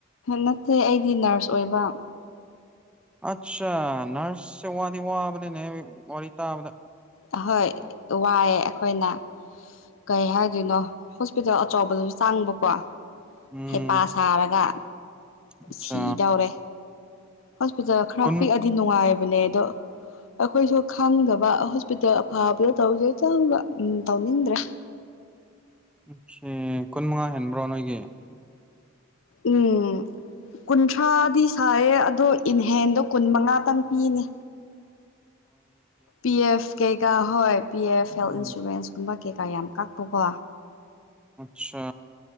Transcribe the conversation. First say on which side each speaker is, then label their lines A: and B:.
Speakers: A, on the left; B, in the centre.
A: ꯅꯠꯇꯦ ꯑꯩꯗꯤ ꯅꯔꯁ ꯑꯣꯏꯕ
B: ꯑꯆꯥ ꯅꯔꯁꯁꯦ ꯋꯥꯗꯤ ꯋꯕꯥ ꯅꯤꯅꯦ ꯋꯥꯔꯤ ꯇꯥꯕꯗꯥ
A: ꯑꯍꯣꯏ ꯋꯥꯏꯑꯦ ꯑꯩꯈꯣꯏꯅ ꯀꯩꯍꯥꯏꯗꯣꯏꯅꯣ ꯍꯣꯁꯄꯤꯇꯥꯜ ꯑꯆꯧꯕꯗꯁꯨ ꯆꯪꯡꯕꯀꯣ
B: ꯎꯝ
A: ꯍꯩꯄꯥ ꯁꯥꯔꯒ
B: ꯑꯠꯆꯥ
A: ꯁꯤꯗꯧꯔꯦ ꯍꯣꯁꯄꯤꯇꯥꯜ ꯈꯔ
B: ꯀꯨꯟ
A: ꯄꯤꯛꯑꯗꯤ ꯅꯨꯡꯉꯥꯏꯕꯅꯦ ꯑꯗꯣ ꯑꯩꯈꯣꯏꯁꯨ ꯈꯪꯗꯕ ꯗ ꯑꯐꯥꯕꯗ ꯇꯧꯔꯤꯁꯦ ꯆꯥꯡꯅ ꯎ ꯇꯧꯅꯤꯡꯗ꯭ꯔꯦ
B: ꯎ ꯁꯤ ꯀꯨꯟꯃꯉꯥ ꯍꯦꯟꯕ꯭ꯔꯣ ꯅꯣꯏꯒꯤ
A: ꯎꯝ ꯀꯨꯟꯊ꯭ꯔꯥꯗꯤ ꯁꯥꯏꯌꯦ ꯑꯗꯣ ꯏꯟꯍꯦꯟꯗꯣ ꯀꯨꯟ ꯃꯉꯥꯇꯪ ꯄꯤꯅꯦ ꯄꯤ ꯑꯦꯐ ꯀꯩꯀꯥ ꯍꯣꯏ ꯄꯤ ꯑꯦꯐ
B: ꯎꯝ
A: ꯍꯦꯜ ꯏꯟꯁꯨꯔꯦꯟꯁ ꯀꯨꯝꯕ ꯀꯩꯀꯥ ꯌꯥꯝ ꯀꯥꯞꯄꯨꯀꯣ
B: ꯑꯆꯥ